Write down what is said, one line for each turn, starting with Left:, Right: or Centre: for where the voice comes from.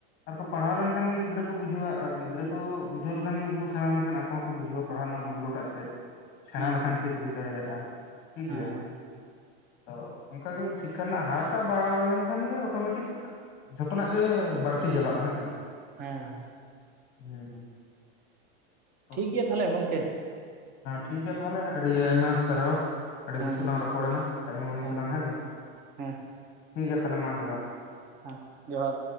Left: ᱟᱨᱠᱚ ᱯᱟᱲᱦᱟᱣ ᱞᱮᱱ? ᱠᱷᱟᱱ ᱜᱮ ᱜᱤᱫᱽᱨᱟᱹ ᱠᱚ ᱵᱩᱡᱷᱟᱹᱣᱟ ᱟᱨ ᱜᱤᱫᱽᱨᱟᱹ ᱠᱚ ᱵᱩᱡᱷᱟᱹᱣ ᱞᱮᱠᱷᱟᱱ ᱜᱮ ᱩᱱᱠᱩ ᱥᱮᱬᱟ ᱞᱮᱠᱷᱟᱱ ᱟᱠᱚ ᱦᱚᱸᱠᱚ ᱵᱩᱡᱷᱟᱹᱣᱟ ᱯᱟᱲᱦᱟᱜ ᱨᱮᱱᱟᱜ ᱢᱩᱞᱚᱴᱟᱜ ᱪᱮᱫ᱾ ᱥᱮᱸᱬᱟ
Right: ᱦᱮᱸ ᱦᱮᱸ
Left: ᱞᱮᱠᱷᱟᱱ ᱪᱮᱫ ᱦᱩᱭ ᱫᱟᱲᱮᱭᱟᱜᱼᱟ ᱴᱷᱤᱠ
Right: ᱦᱮᱸ
Left: ᱜᱮᱭᱟ᱾ ᱛᱚ ᱚᱱᱠᱟᱜᱮ ᱥᱤᱠᱠᱷᱟ ᱨᱮᱱᱟᱜ ᱦᱟᱨ ᱴᱟᱜ ᱵᱟᱲᱦᱟᱣ ᱞᱮᱱᱠᱷᱟᱱ ᱜᱮ ᱚᱴᱳᱢᱮᱴᱤᱠᱼᱼ ᱡᱷᱚᱛᱚᱱᱟᱜ ᱜᱮ ᱵᱟᱹᱲᱛᱤ ᱪᱟᱞᱟᱜᱼᱟ ᱦᱮᱸᱥᱮ᱾
Right: ᱦᱮᱸᱦᱮᱸ
Left: ᱦᱩᱸ ᱦᱩᱸ
Right: ᱴᱷᱤᱠ ᱜᱮᱭᱟ ᱛᱟᱦᱚᱞᱮ ᱜᱚᱝᱠᱮ᱾
Left: ᱴᱷᱤᱠ ᱜᱮᱭᱟ ᱛᱟᱦᱚᱞᱮ ᱟᱹᱰᱤ ᱟᱭᱢᱟ ᱥᱟᱨᱦᱟᱣ᱾ ᱟᱹᱰᱤ
Right: ᱦᱮᱸ
Left: ᱠᱤᱪᱷᱩ
Right: ᱦᱮᱸ
Left: ᱞᱟᱝ ᱨᱚᱯᱚᱲᱮᱱᱟ ᱴᱟᱭᱤᱢ ᱦᱚᱸ ᱦᱩᱭᱮᱱ
Right: ᱦᱮᱸ
Left: ᱛᱟᱞᱟᱝ ᱦᱮᱸᱥᱮ
Right: ᱦᱮᱸ
Left: ᱴᱷᱤᱠ ᱜᱮᱭᱟ ᱛᱟᱦᱚᱞᱮ ᱢᱟ ᱡᱚᱦᱟᱨ᱾
Right: ᱦᱟᱸ ᱡᱚᱦᱟᱨ